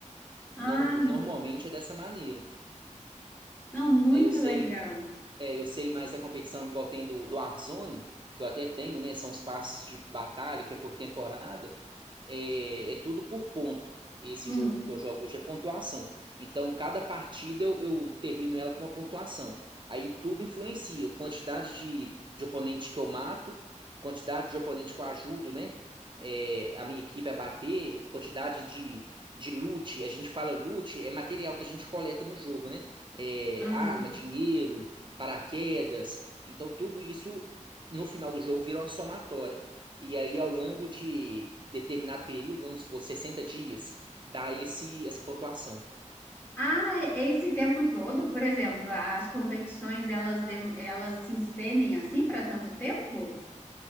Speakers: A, on the left (about 15°); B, on the right (about 40°).
A: Ah,
B: Nor- normalmente é dessa maneira.
A: não, muito
B: né? Eu sei,
A: legal.
B: é, eu sei mais da competição igual tem do, do Warzone, que eu até tenho, né? São os passes de batalha, que é por temporada. É, é tudo por ponto. Esse
A: Hum,
B: jogo que eu jogo hoje é pontuação. Então, cada partida eu, eu termino ela com uma pontuação. Aí tudo influencia. Quantidade de, de oponente que eu mato, quantidade de oponente que eu ajudo, né? é, a minha equipe a bater, quantidade de, de loot. A gente fala loot, é material que a gente coleta no jogo, né? É,
A: ah.
B: arma, dinheiro, paraquedas. Então tudo isso no final do jogo vira uma somatória. E aí ao longo de determinado período, vamos supor 60 dias, dá esse essa pontuação.
A: Ah, é- esse tempo todo, por exemplo, as competições elas, dem- elas se estendem assim para tanto tempo?